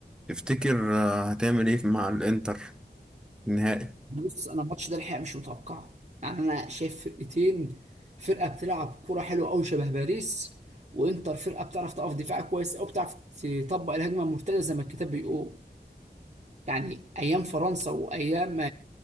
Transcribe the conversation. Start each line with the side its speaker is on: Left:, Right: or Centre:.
Centre: تفتكر آه، هتعمل ايه مع الانتر في النهائي
Right: بص انا الماتش ده الحقيقه مش متوقعه يعني انا شايف فرقتين فرقه بتلعب كوره حلوه قوي شبه باريس وانتر فرقه بتعرف تقف دفاع كويس قوي بتعرف تطبق الهجمه المرتده زي ما الكتاب بيقول يعني ايام فرنسا وايام